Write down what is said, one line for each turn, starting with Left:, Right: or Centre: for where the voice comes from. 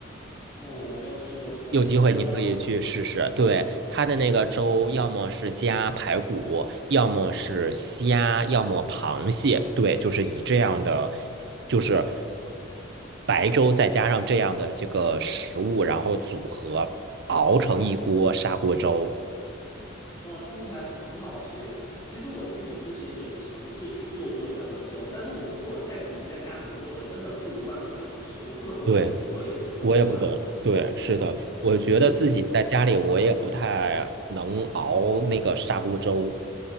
Left: 哦，我没有吃过这个海鲜粥吗？
Right: 有机会你可以去试试，对，它的那个粥，要么是加排骨，要么是虾，要么螃蟹，对，就是以这样的，就是白粥再加上这样的这个食物，然后组合熬成一锅砂锅粥。
Left: 哦，听起来很好吃耶！其实我自己之前也尝试去做过这样的粥，但是我们做在自己在家里面做的，真的不如外面的好吃。我不懂为什么，
Right: 对，
Left: 我也是用了砂锅，
Right: 我也不懂，对，是的，
Left: 对，
Right: 我觉得自己在家里我也不太能熬那个砂锅粥。
Left: 就对，